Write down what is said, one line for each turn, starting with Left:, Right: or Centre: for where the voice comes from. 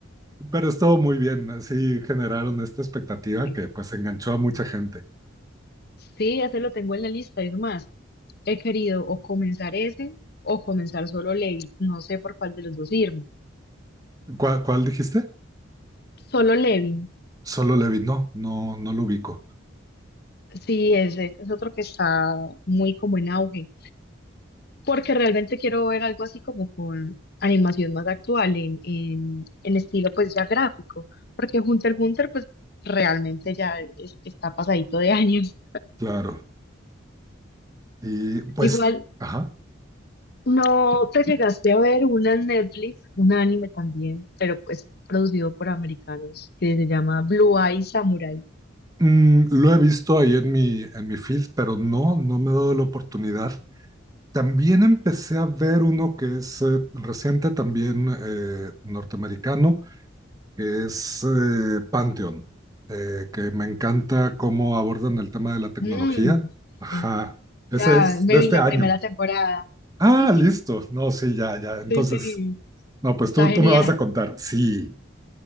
Right: Pero estuvo muy bien, así generaron esta expectativa
Left: Sí,
Right: que pues enganchó a mucha gente.
Left: Sí, ese lo tengo en la lista. Es más, he querido o comenzar ese o comenzar solo Levin. No sé por cuál de los dos irme.
Right: ¿Cuál, cuál dijiste?
Left: Solo Levin.
Right: Solo Levi, no, no, no lo ubico,
Left: Sí, ese es otro que está muy como en auge. Porque realmente quiero ver algo así como con animación más actual, en, en, en estilo pues ya gráfico. Porque Hunter x Hunter pues realmente ya es- está pasadito de años.
Right: claro. Y pues,
Left: Igual,
Right: ajá.
Left: No te llegaste a ver una en Netflix, un anime también, pero pues producido por americanos, que se llama Blue Eye Samurai.
Right: Mm, lo he visto ahí en mi, en mi feed, pero no, no me he dado la oportunidad. También empecé a ver uno que es eh, reciente, también eh, norteamericano, que es eh, Pantheon, eh, que me encanta cómo abordan el tema de la tecnología.
Left: Mm,
Right: Ajá,
Left: sí,
Right: ese
Left: ya
Right: es
Left: me
Right: de
Left: vi
Right: este
Left: la
Right: año.
Left: primera temporada.
Right: Ah,
Left: <laughs>
Right: listo. No, sí, ya, ya. Entonces,
Left: Sí, sí,
Right: no, pues
Left: está
Right: tú,
Left: genial.
Right: tú me vas a contar. Sí,